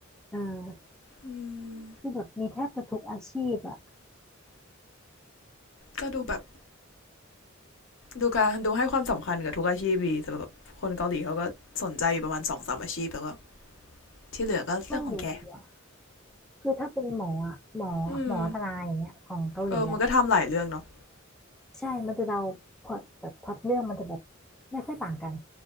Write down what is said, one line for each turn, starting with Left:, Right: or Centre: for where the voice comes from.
Centre: เออ
Left: อืม
Centre: คือแบบมีแทบจะทุกอาชีพอะ
Left: ก็ดูแบบดูการดูให้ความสำคัญกับทุกอาชีพดีแต่แบบคนเกาหลีเขาก็สนใจอยู่ประมาณสองสามอาชีพแล้วก็ที่เหลือก็เรื่องของแก
Centre: ไม่รู้อะคือถ้าเป็นหมออะหมอหมอทนายอย่างเงี้ยของเกาหลีอะ
Left: อืมเออมันก็ทำหลายเรื่องเนาะ
Centre: ใช่มันจะเดาพล็อตแบบพล็อตเรื่องมันจะแบบไม่ค่อยต่างกัน